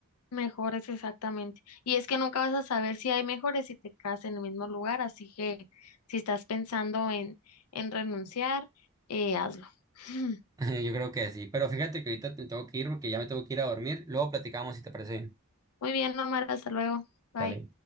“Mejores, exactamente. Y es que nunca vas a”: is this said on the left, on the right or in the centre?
Left